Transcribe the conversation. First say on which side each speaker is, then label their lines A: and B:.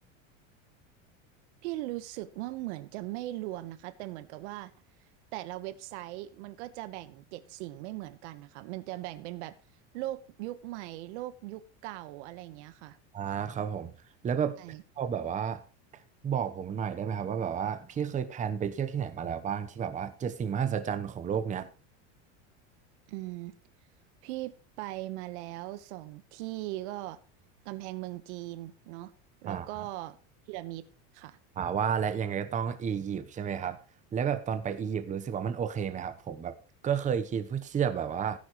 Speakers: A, on the right; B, on the right.
A: พี่รู้สึกว่าเหมือนจะไม่รวมนะคะแต่เหมือนกับว่าแต่ละเว็บไซต์มันก็จะแบ่งเจ็ดสิ่งไม่เหมือนกันนะคะมันจะแบ่งเป็นแบบโลกยุคใหม่โลกยุคเก่าอะไรอย่างเงี้ยค่ะ
B: อ่าครับผมแล้วแบบพี่พอแบบว่า
A: ใช่
B: บอกผมหน่อยได้ไหมครับว่าแบบว่าพี่เคยแพลนไปเที่ยวที่ไหนมาแล้วบ้างที่แบบว่าเจ็ดสิ่งมหัศจรรย์ของโลกเนี้ย
A: อืมพี่ไปมาแล้วสองที่ก็กำแพงเมืองจีนเนาะแล้วก็
B: อ่า
A: พีระมิดค่ะ
B: อ่าว่าและยังไงก็ต้องอียิปต์ใช่ไหมครับแล้วแบบตอนไปอียิปต์รู้สึกว่ามันโอเคไหมครับผมแบบก็เคยคิดเพื่อที่จะแบบว่า